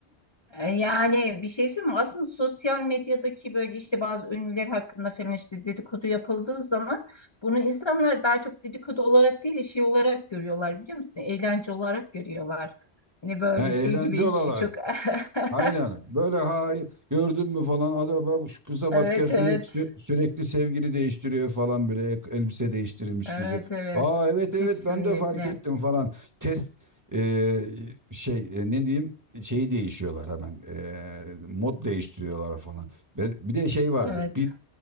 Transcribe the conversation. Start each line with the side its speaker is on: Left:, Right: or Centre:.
Left: E, Yani bir şey söyleyeyim mi? Aslında sosyal medyadaki böyle işte bazı ünlüler hakkında falan işte dedikodu yapıldığı zaman bunu insanlar daha çok dedikodu olarak değil de şey olarak görüyorlar biliyor musun? Eğlence olarak görüyorlar. Hani böyle
Right: Ha, eğlence
Left: şey gibi
Right: olarak.
Left: hiç çok <laughs>
Right: Aynen. Böyle ha gördün mü falan adam bak şu kıza
Left: Evet
Right: bak ya sürekli
Left: evet.
Right: sürekli sevgili değiştiriyor falan böyle ek- elbise değiştirilmiş
Left: Evet
Right: gibi.
Left: evet.
Right: Aa evet
Left: Kesinlikle.
Right: evet ben de fark ettim falan. Test e, şey e, ne diyeyim şeyi değişiyorlar hemen. E, mod değiştiriyorlar falan. Ve Bir de şey vardır.
Left: Evet.
Right: Bir